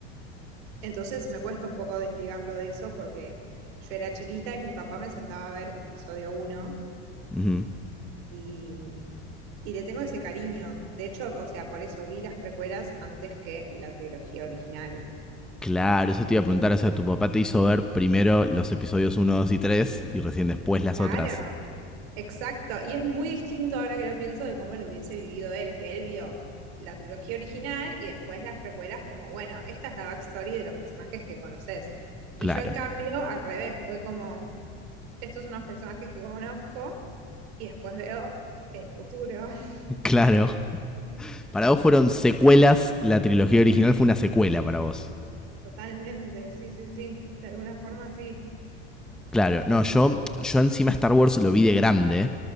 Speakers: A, on the right; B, in the centre.
A: Entonces me cuesta un poco desligarlo de eso porque yo era chiquita y mi papá me sentaba a ver episodio uno
B: Ujú.
A: y, y le tengo ese cariño. De hecho, o sea, por eso vi las precuelas antes que la trilogía original.
B: Claro, eso te iba a preguntar. O sea, tu papá te hizo ver primero los episodios uno, 2 y 3 y recién después las
A: Claro.
B: otras.
A: Exacto, y es muy distinto ahora que lo pienso de cómo lo hubiese vivido él, que él vio la trilogía original y después las precuelas como, bueno, esta es la backstory de los personajes que conoces.
B: Claro.
A: Y yo en cambio, al revés, fue como, estos son los personajes que conozco Y después veo el futuro, <laughs>
B: <laughs> Claro. Para vos fueron secuelas, la trilogía original fue una secuela para vos.
A: totalmente, sí, sí, sí, de alguna forma sí.
B: Claro, no, yo, yo encima Star Wars lo vi de grande.